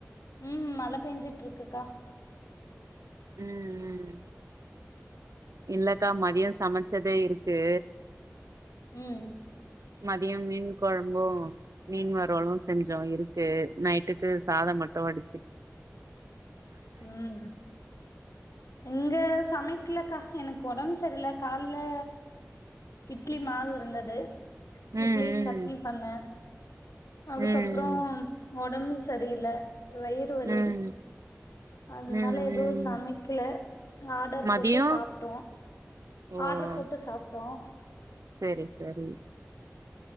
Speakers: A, on the left (about 85°); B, on the right (about 80°).
A: உம் மழை பெஞ்சுட்டு இருக்குக்கா
B: உம் உம் இல்லக்கா மதியம் சமைச்சதே இருக்கு
A: உம்
B: மதியம் மீன் குழம்பும் மீன் வறுவலும் செஞ்சோம் இருக்கு நைட்டுக்கு சாதம் மட்டும் வடி
A: உம் இங்க சமை சமைலக்கா எனக்கு உடம்பு சரியல கால்ல இட்லி மாவு இருந்தது
B: ம்
A: இட்லி சட்னி பண்ணன் அதுக்கப்புறம்
B: ம் ம்
A: உடம்பு சரியில்ல வயிறு இடுப்பு வலி
B: ம் ம்
A: அதுனால
B: ம்
A: எதுவும்
B: ம்
A: சமைக்கல ஆடர்
B: மதியோ
A: போட்டு சாப்டோம்
B: ஓ
A: ஆடர் போட்டு சா டோம்
B: செரி சரி